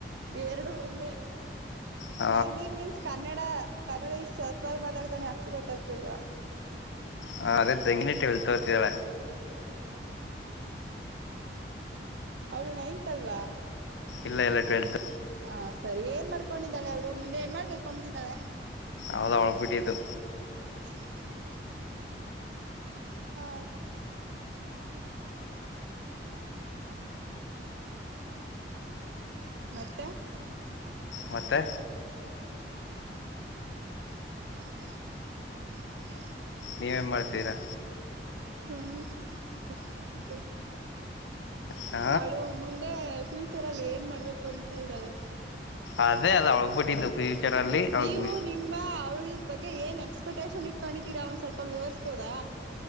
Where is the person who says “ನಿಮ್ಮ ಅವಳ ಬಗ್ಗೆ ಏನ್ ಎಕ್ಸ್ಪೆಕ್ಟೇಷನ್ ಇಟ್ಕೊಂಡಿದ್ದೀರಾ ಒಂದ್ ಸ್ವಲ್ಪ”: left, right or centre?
Right